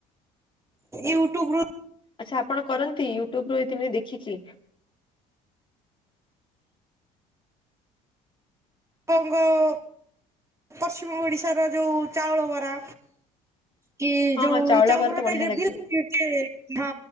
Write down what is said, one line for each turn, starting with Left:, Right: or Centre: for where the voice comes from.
Right: ଏଁ ୟୁଟୁବରୁ
Left: ଆଛା ଆପଣ କରନ୍ତି ୟୁଟୁବ ରୁ ଏତିମେ ଦେଖିକି?
Right: <unintelligible> ପଶ୍ଚିମ ଓଡ଼ିଶାର ଯୋଉ ଚାଉଳ ବରା କି
Left: ହଁ
Right: ଯୋଉ
Left: ହଁ ଚାଉଳ
Right: ଚାହୁପର
Left: ବରା ତ
Right: ତାଇ
Left: ବଢିଆ
Right: ରେ
Left: ଲାଗେ
Right: ଦିଅନ୍ତିନି ଚେ ହଁ